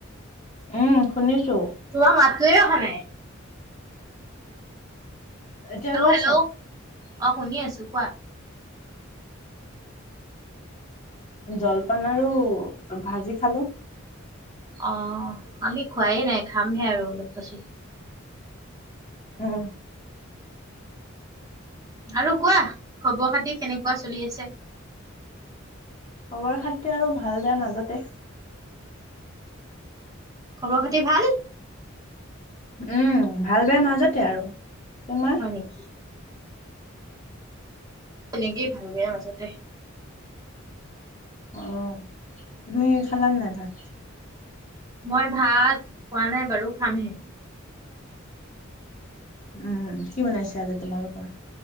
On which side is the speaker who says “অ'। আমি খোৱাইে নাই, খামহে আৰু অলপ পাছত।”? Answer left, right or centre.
Right